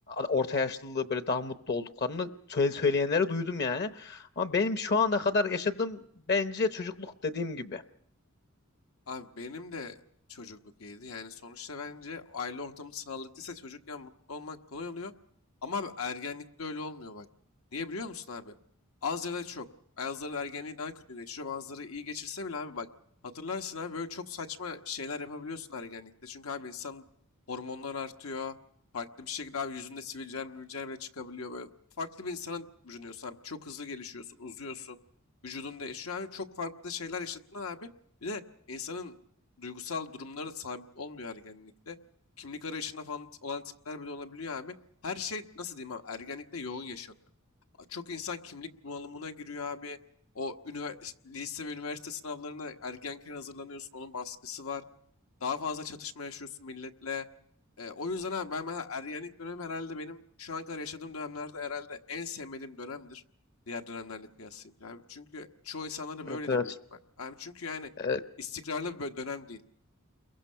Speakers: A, on the left; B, on the left.
A: orta yaşlılığı böyle daha mutlu olduklarını söyle- söyleyenleri duydum yani. Ama benim şu ana kadar yaşadığım bence çocukluk dediğim gibi.
B: Abi benim de çocukluk iyiydi. Yani sonuçta bence aile ortamı sağlıklıysa çocukken mutlu olmak kolay oluyor. Ama abi ergenlikte öyle olmuyor bak. Niye biliyor musun abi? Az ya da çok. Bazıları ergenliği daha kötü geçiriyor. Bazıları iyi geçirse bile abi bak. Hatırlarsın abi böyle çok saçma şeyler yapabiliyorsun ergenlikte. Çünkü abi insan hormonlar artıyor. Farklı bir şekilde abi yüzünde sivilceler, mülceler bile çıkabiliyor. Böyle farklı bir insana bürünüyorsun abi. Çok hızlı gelişiyorsun, uzuyorsun. Vücudun değişiyor abi. Çok farklı şeyler yaşadığından abi. Bir de İnsanın duygusal durumları da sabit olmuyor ergenlikte. Kimlik arayışında falan olan tipler bile olabiliyor abi. Her şey nasıl diyeyim abi ergenlikte yoğun yaşanıyor. Çok insan kimlik bunalımına giriyor abi. O ünivers- lise ve üniversite sınavlarına ergenken hazırlanıyorsun. Onun baskısı var. Daha fazla çatışma yaşıyorsun milletle. E, o yüzden abi ben mesela ergenlik dönemi herhalde benim şu an kadar yaşadığım dönemlerde herhalde en sevmediğim dönemdir. Diğer dönemlerle kıyaslayınca abi. Çünkü çoğu insanlar da
A: Evet
B: böyledir
A: evet.
B: büyük ihtimal. Abi çünkü yani
A: Ee,
B: istikrarlı bir bö- dönem değil.